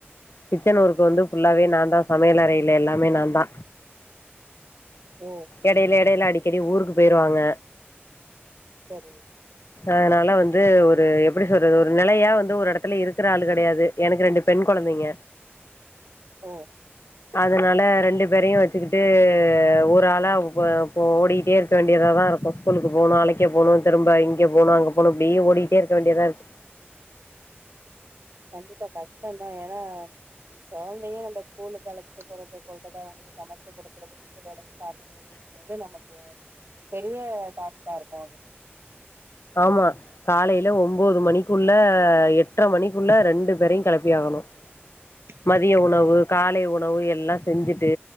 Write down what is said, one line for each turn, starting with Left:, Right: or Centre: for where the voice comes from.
Left: கிச்சன் ஒர்க்கு வந்து ஃபுல்லாவே நாந்தா சமையல் அறைல எல்லாமே நாந்தா
Right: <inaudible> ஓ
Left: எடைல எடைல அடிக்கடி ஊருக்கு போய்ருவாங்க
Right: செரி
Left: அதனால வந்து ஒரு எப்டி சொல்றது ஒரு நிலையா வந்து ஒரு எடத்துல இருக்ற ஆள் கெடயாது எனக்கு ரெண்டு பெண் கொழந்தைங்க
Right: ஓ
Left: அதனால ரெண்டு பேரையு வச்சுக்கிட்டு ஒரு ஆளா வ ஒ ஓடிக்கிட்டேரு க்க வேண்டியதா தா இருக்கு ஸ்கூலுக்கு போனு அழைக்க போனு திரும்ப இங் க போனு அங்க போனு இப்டி ஓடிட்டே இருக்க வேண்டியதாருக்கு
Right: கண்டிப்பா கஷ்டொந்தா ஏனா கொழந்தையு நம்ப ஸ்கூலுக்கு அழச்சிட்டு போறது சொல்றத அவுங்களுக்கு சமச்சு குடுக்குறது வீட்டு வேலயு பாத்துகறது அப்டிங்கும்போது நமக்கு பெரிய டாஸ்காருக்கு அது
Left: ஆமா காலைல ஒம்போது மணிக்குள்ள எட்ர மணிக்குள்ள ரெண்டு பேரயு கெளப்பியாகனு
Right: <inaudible>
Left: மதிய
Right: கண்டிப்பா
Left: உணவு
Right: ஆ
Left: காலை உணவு எல்லா செஞ்சிட்டு